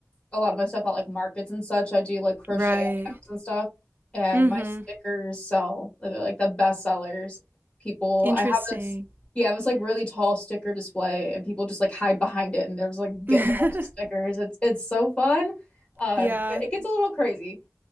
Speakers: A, on the left; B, on the right.
A: a lot of my stuff at like markets and such. I do like crochet
B: Right.
A: items and stuff, and
B: Mm
A: my
B: hmm.
A: stickers sell. They're like the best sellers. People,
B: Interesting.
A: I have this yeah, I have this like really tall sticker display, and people just like hide behind it, and they're just like getting
B: <laughs>
A: a bunch of stickers. It's it's so fun, um,
B: yeah,
A: but it gets a little crazy.